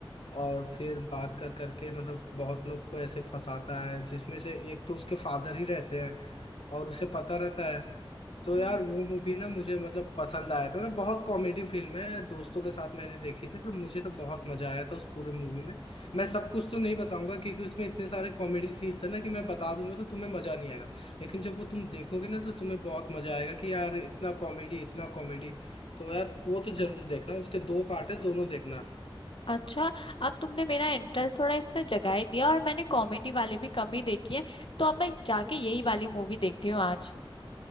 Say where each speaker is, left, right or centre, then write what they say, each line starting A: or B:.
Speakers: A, on the left; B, on the left.
A: और फिर बात कर करके मतलब बहुत लोग को ऐसे फंसाता है जिसमें से एक तो उसके फादर ही रहते हैं और उसे पता रहता है तो
B: हम्म।
A: यार वो मूवी ना मुझे मतलब पसंद आया था ना बहुत कॉमेडी फिल्म है दोस्तों के साथ मैंने देखी थी तो मुझे तो बहुत मजा आया था उस पूरे मूवी में मैं सब कुछ तो नहीं बताऊंगा क्योंकि उसमें इतने सारे कॉमेडी सीन्स है ना कि मैं बता दूंगा तो तुम्हें मजा नहीं आएगा लेकिन जब वो तुम देखोगे ना तो तुम्हें बहुत मजा आएगा कि यार इतना कॉमेडी इतना कॉमेडी तो यार वो तो जरूर देखना उसके दो पार्ट है दोनों देखना
B: अच्छा अब तुमने मेरा इंटरेस्ट थोड़ा इसमें जगा ही दिया और मैंने कॉमेडी वाले भी कम ही देखी है तो अब मैं जाके यही वाली मूवी देखती हूँ आज